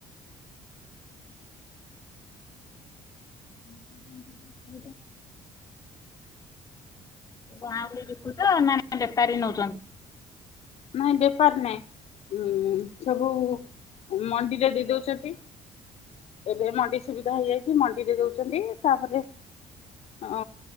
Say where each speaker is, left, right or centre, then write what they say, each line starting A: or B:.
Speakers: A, on the left; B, on the left.
A: <unintelligible> <unintelligible> ଗାଉଁଲି ରେ ବିକୁଚ ନା ବେପାରୀ ନୋଉଚନ୍ତି?
B: ନାଇଁ ବେପାର ନାହିଁ। ହୁଁ ସବୁ ମଣ୍ଡିରେ ଦେଇ ଦଉଛନ୍ତି। ଏବେ ମଣ୍ଡି ସୁବିଧା ହେଇଯାଇଛି ମଣ୍ଡିରେ ଦଉଛନ୍ତି ତାପରେ ଓ